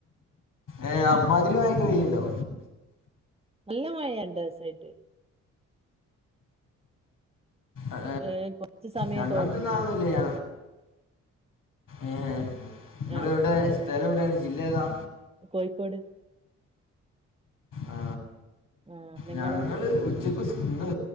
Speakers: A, on the left; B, on the right.
A: ഏ അമ്മാതിരി മയയൊക്കെ പെയ്യ്ണ്ടോ
B: നല്ല മഴയാ രണ്ടു ദിവസായിട്ട്
A: ഏ
B: ഏഹ് കൊറച്ച് സമയേ
A: ഞങ്ങക്ക്
B: തോർന്നിട്ടുള്ളൂ
A: ന്നാ അഒന്നുല്ല ഞ ഏ നിങ്ങള്
B: ആഹ്
A: എവിടെയാ സ്ഥലം എവിടെയാണ് ജില്ല ഏതാ
B: കോഴിക്കോട്
A: ആ
B: ആഹ് നിങ്ങളോ
A: ഞങ്ങള് ഉച്ചക്കു ഫുഡ്‌